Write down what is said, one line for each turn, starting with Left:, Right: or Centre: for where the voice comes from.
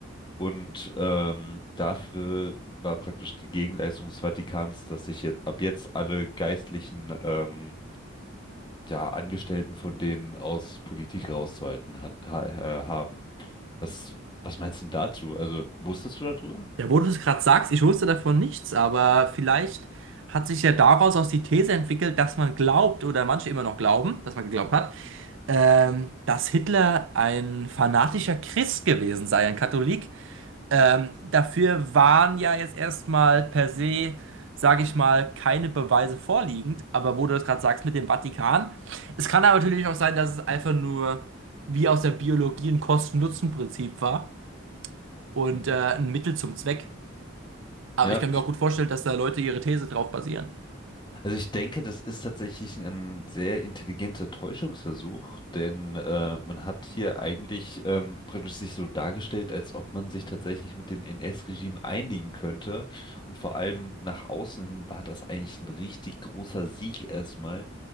Left: Und ähm, dafür war praktisch die Gegenleistung des Vatikans, dass sich jetzt ab jetzt alle geistlichen ähm, ja, Angestellten von denen aus Politik rauszuhalten hat, ha äh, haben. Was, was meinst du denn dazu? Also, wusstest du darüber?
Right: Ja, wo du das gerade sagst, ich wusste davon nichts, aber vielleicht hat sich ja daraus auch die These entwickelt, dass man glaubt, oder manche immer noch glauben, dass man geglaubt hat, ähm, dass Hitler ein fanatischer Christ gewesen sei, ein Katholik. Ähm, dafür waren ja jetzt erstmal per se, sage ich mal, keine Beweise vorliegend. Aber wo du das gerade sagst mit dem Vatikan, es kann aber natürlich auch sein, dass es einfach nur wie aus der Biologie ein Kosten-Nutzen-Prinzip war und
Left: Mhm.
Right: äh, ein Mittel zum Zweck. Aber
Left: Ja.
Right: ich kann mir auch gut vorstellen, dass da Leute ihre These drauf basieren.
Left: Also ich denke, das ist tatsächlich ein sehr intelligenter Täuschungsversuch, denn äh, man hat hier eigentlich ähm, praktisch sich so dargestellt, als ob man sich tatsächlich mit dem NS-Regime einigen könnte. Und vor allem nach außen hin war das eigentlich ein richtig großer Sieg erstmal.